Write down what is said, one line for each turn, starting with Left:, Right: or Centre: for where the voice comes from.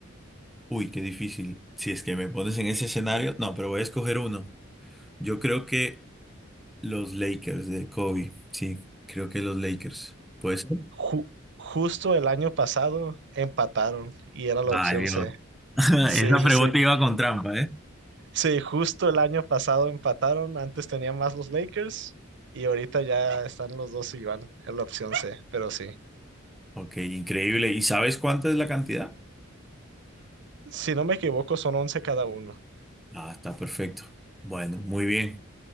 Centre: Uy, qué difícil. Si es que me pones en ese escenario. No, pero voy a escoger uno. Yo creo que los Lakers de Kobe. Sí, creo que los Lakers. ¿Puede ser?
Right: Ju- justo el año pasado empataron y era la
Centre: Ay,
Right: opción
Centre: Dios.
Right: C.
Centre: <laughs> Esa
Right: Sí, sí,
Centre: pregunta
Right: sí.
Centre: iba con trampa, ¿eh?
Right: Sí, justo el año pasado empataron, antes tenían más los Lakers y ahorita ya están los dos igual en la opción C, pero sí.
Centre: Ok, increíble. ¿Y sabes cuánta es la cantidad?
Right: Si no me equivoco, son once cada uno.
Centre: Ah, está perfecto. Bueno, muy bien.